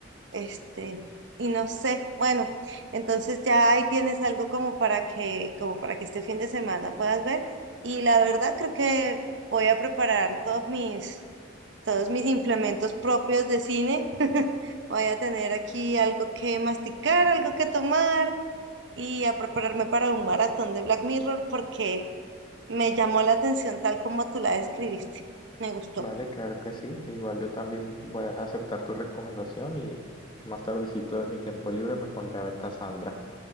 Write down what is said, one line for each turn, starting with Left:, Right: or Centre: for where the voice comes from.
Right: Este, y no sé, bueno, entonces ya ahí tienes algo como para que, como para que este fin de semana puedas ver. Y la verdad creo que voy a preparar todos mis, todos mis implementos propios de cine. Voy a tener aquí algo que masticar, algo que tomar y a prepararme para un maratón de Black Mirror porque me llamó la atención tal como tú la describiste. Me gustó.
Left: Vale, claro que sí. Igual yo también voy a aceptar tu recomendación y más tardecito en mi tiempo libre me pondré a ver Cassandra.